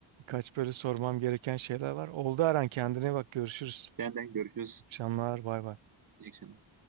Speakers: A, on the right; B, on the right.
A: Kaç böyle sormam gereken şeyler var. Oldu Aran kendine bak görüşürüz.
B: Senden görüşürüz.
A: İyi Akşamlar bay bay.
B: İyi akşamlar.